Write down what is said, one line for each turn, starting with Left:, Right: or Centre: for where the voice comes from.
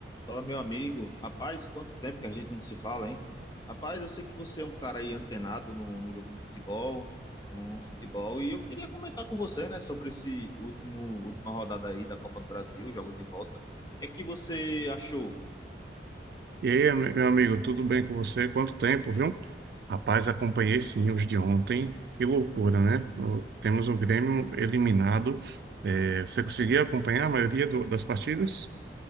Left: Fala, meu amigo. Rapaz, quanto tempo que a gente não se fala, hein? Rapaz, eu sei que você é um cara aí antenado no, no jogo do futebol, no futebol, e eu queria comentar com você, né, sobre esse último, última rodada aí da Copa do Brasil, jogos de volta. O que é que você achou?
Right: E aí, am- meu amigo, tudo bem com você? Quanto tempo, viu? Rapaz, acompanhei sim os de ontem. Que loucura, né? O- temos o Grêmio eliminado. É, você conseguia acompanhar a maioria do- das partidas?